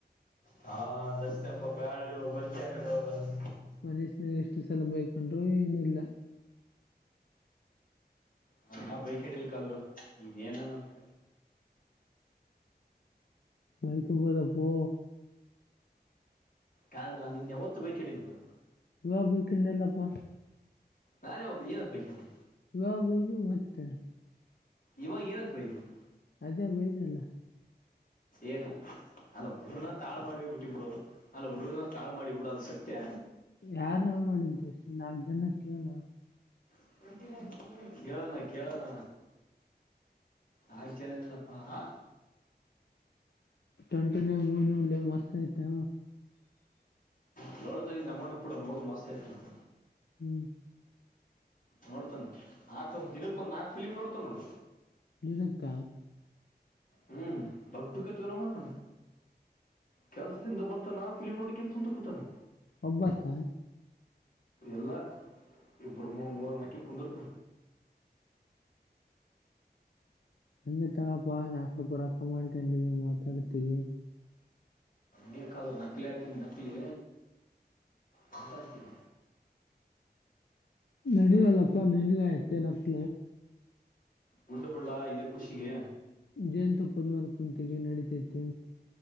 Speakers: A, on the left; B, on the left.
A: ಹಾ ದಸಪ್ಪ ಬಳ <unintelligible>
B: ಮನಷನ ಎಷ್ಟು ಸಲ ಬೈಕೊಂಡ್ರು ಏನಿಲ್ಲ
A: ನಾ ಯಾವ ಬೈಕ್ ಹಡಿಲಿಕ್ಕಾದ್ರು ನೀನ್ ಏನನ ನನ್ಕ
B: ಮೈಕಬದಪ್ಪ
A: ಕ ನಿನ್ ಯಾವತ್ತು ಬೈ ಕೇಳಿರ್ತದ
B: ಯ ಬಯಕೊಂಡಲ್ಲಪ್ಪ
A: ನಾನೇ ಒಬ್ಬ ಏನ್ ಆಗಬೇಕಿತ್ತು
B: ಯಾವಗ ಬಯದು ಮತ್ತೆ
A: ಇವಾಗ ಏನತ್ <unintelligible>
B: ಅದೇ ಮೈದೆಲ್ಲ
A: ಏನು ಅಲ್ಲ ಹುಡುಗ್ರನ ತಾಳು ಮಾಡೇ ಬಿಟ್ಟಿ ಬಿಡು ಅಲ್ಲ ಹುಡುಗ್ರನನ್ ತಾಳು ಮಾಡಿ ಬಿಡು ಅದ್ ಸತ್ಯ
B: ಯಾರ್ ಹಾಳ್ ಮಾಡಂತಸೇ ನಾಲ್ಕ ಜನ ಕೇಳ
A: <unintelligible> ಕೇಳೋಣ ಕೇಳೋಣ ಆಯ್ಚೇನಪ್ಪಾ ಹ
B: ಟ್ವೆಂಟಿ ನೈನ್ ಮೂವಿ ನೋಡ್ಲಿ ಮಸ್ತ್ ಐತೆ
A: ಹಏಳ್ತ ಇದ ನಮ್ಮಣ್ಣ ಕೂಡ ನೋಡು ಮಸ್ತ್ ಐತಂತ
B: ಹ್ಮ್
A: ನೋಡ್ತಾನ ಆಕ್ ಒಂದ್ ದಿನಕ್ ಒಂದ ನಾಕ್ ಫಿಲಿಮ್ ನೋಡ್ತಾನ ನೋಡ
B: ದಿನಕ
A: ಹ್ಮ್ ದೊಡ್ಡ ಕತವಿನ ಮಾಡಣ್ಣ ಕೆಲ್ಸದಿಂದ ಬರ್ ಫಿಲ್ಮ್ ನೋಡಕಂತ ಕುಂತ ಕೊಡ್ತಾನ
B: ಒಬ್ಬತ್ತ
A: ಎಲ್ಲ ಇಬ್ಮರ ಮೂರ ನಕ್ಕಿ ಕುಂದರ್ತ
B: ಹಂ ತಗಪ್ಪಾ ನಾಲ್ಕ ರೂಪಾಯ ರೊಕ್ಕ ಮಾಡ್ಕೊಂಡ ಮಾತಾಡ್ತಗೆ
A: ಹ ಕದು ನಕ್ಲ ಆತ ನಕ್ಲಿ ಮಾತಾಡ್ತನ
B: ನಡವಲ್ಲಪ್ಪಾ ನನ್ಗಯ್ತೆ ನಕ್ಳ
A: ಉಂಡುಬುಳ್ಳ ಇದೇ ಖುಷಿಗೆ
B: ಜಯಂತು ಪದ್ಮಾಲ್ಕಂತಿಗೆ ನಡತಿತ್ತು